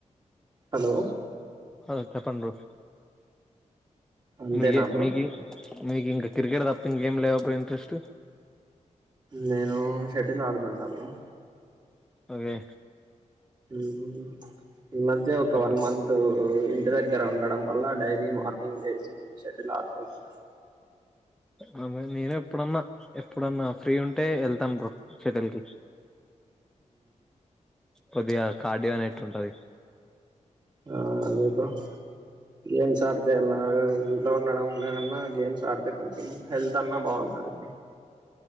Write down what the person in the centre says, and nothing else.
హలో చెప్పండ్రు
మీగే
మీగి మీకింకా కిరికెట్ తప్ప ఇంకగేం లేవా బ్రో ఇంట్రెస్టు
ఒగే
ఎప్పుడు
అ నేను ఎప్పుడన్నా ఎప్పుడన్నా ఫ్రీ ఉంటే వెళ్తాను బ్రో సెటిల్ కి కొదిగా కార్డి అనేట్టు ఉంటది